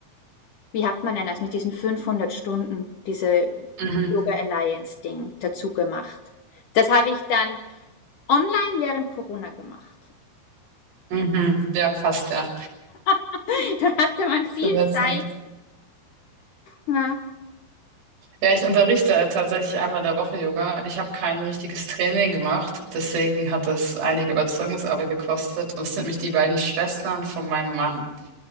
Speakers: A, on the left; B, on the right.
A: wie hat man denn das mit diesen 500 Stunden, diese
B: Mhm.
A: Yoga Alliance Ding dazu gemacht. Das habe ich dann online während Corona gemacht.
B: Mhm. Ja, fast, ja.
A: <laughs> da hatte man
B: Zu
A: viel
B: der
A: Zeit.
B: Zeit.
A: Ja.
B: Ja, ich unterrichte tatsächlich einmal in der Woche Yoga. Ich habe kein richtiges Training gemacht, deswegen hat das einige Überzeugungsarbeit gekostet. Und es sind nämlich die beiden Schwestern von meinem Mann.